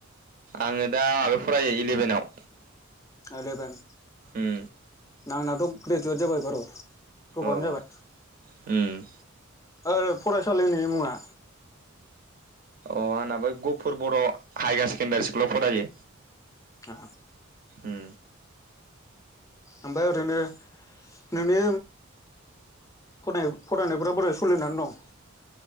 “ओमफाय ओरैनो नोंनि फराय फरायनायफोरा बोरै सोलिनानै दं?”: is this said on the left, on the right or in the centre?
Left